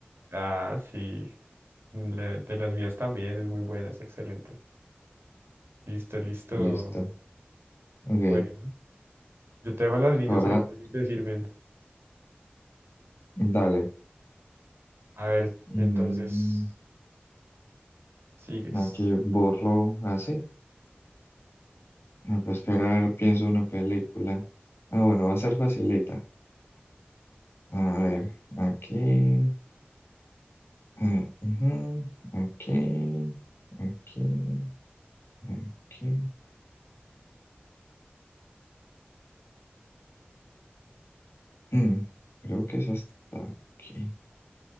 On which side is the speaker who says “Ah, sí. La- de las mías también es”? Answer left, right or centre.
Right